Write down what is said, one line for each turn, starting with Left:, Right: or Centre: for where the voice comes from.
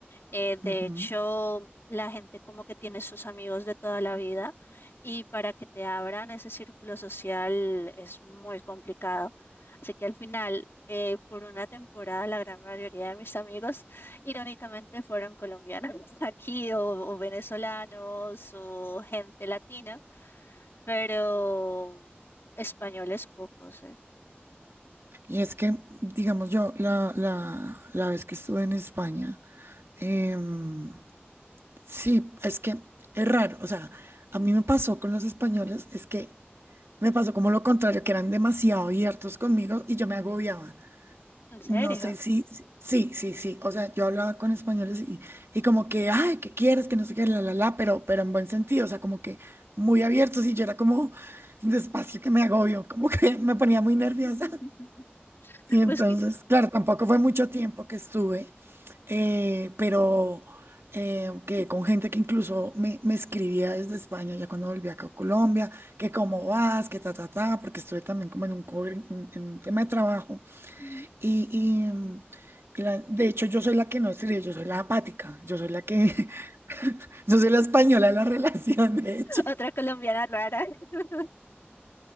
Left: Eh, de
Right: Ujú.
Left: hecho, la gente como que tiene sus amigos de toda la vida y para que te abran ese círculo social es muy complicado. Así que al final, eh, por una temporada, la gran mayoría de mis amigos, irónicamente, fueron colombianos <laughs> aquí o, o venezolanos o gente latina, pero españoles pocos, ¿eh?
Right: Y es que, digamos yo, la, la, la vez que estuve en España, em, sí, es que es raro, o sea, a mí me pasó con los españoles, es que Me pasó como lo contrario, que eran demasiado abiertos conmigo y yo me agobiaba.
Left: ¿En serio?
Right: No sé si, si- sí, sí, sí. O sea, yo hablaba con españoles y, y como que, ay, ¿qué quieres? Que no sé qué, la, la, la, pero, pero en buen sentido, o sea, como que muy abiertos y yo era como despacio que me agobio, como que <laughs> me ponía muy nerviosa.
Left: <laughs>
Right: Y entonces,
Left: Pues que
Right: claro, tampoco fue mucho tiempo que estuve, eh, pero eh, que con gente que incluso me, me escribía desde España, ya cuando volví acá a Colombia, que cómo vas, que ta, ta, ta, porque estuve también como en un, cover en, en un tema de trabajo.
Left: ujú,
Right: Y, y, mm, y la- de hecho, yo soy la que no escribe, yo soy la apática, yo soy la que, <laughs> yo soy la española de la relación, de hecho.
Left: otra colombiana rara. <laughs>